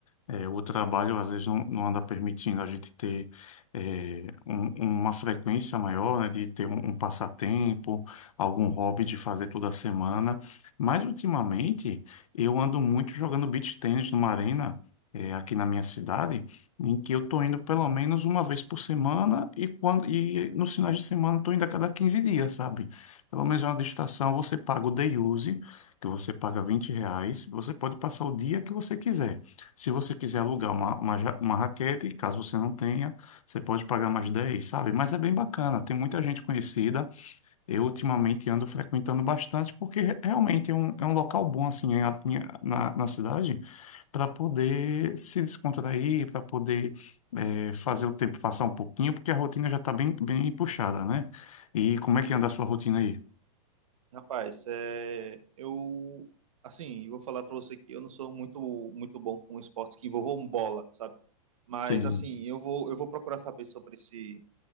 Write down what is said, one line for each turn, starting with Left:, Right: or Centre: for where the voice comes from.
Left: É, o trabalho às vezes não, não anda permitindo a gente ter é, um- uma frequência maior, né, de ter um, um passatempo, algum hobby de fazer toda semana. Mas ultimamente eu ando muito jogando beach tennis numa arena é, aqui na minha cidade, em que eu estou indo pelo menos uma vez por semana e quando e nos finais de semana estou indo a cada 15 dias, sabe? Pelo menos é uma distração, você paga o day use, que você paga 20 reais, você pode passar o dia que você quiser. Se você quiser alugar uma, uma, ja- uma raquete, caso você não tenha, você pode pagar mais 10, sabe? Mas é bem bacana, tem muita gente conhecida. Eu ultimamente ando frequentando bastante, porque re- realmente é um, é um local bom, assim, em a- em a- na, na cidade, para poder se descontrair, para poder eh, fazer o tempo passar um pouquinho, porque a rotina já está bem, bem puxada, né? E como é que anda a sua rotina aí?
Right: Rapaz, é, eu, assim, eu vou falar pra você que eu não sou muito, muito bom com esportes que envolvam bola, sabe? Mas,
Left: Sim,
Right: assim, eu vou, eu vou procurar saber sobre esse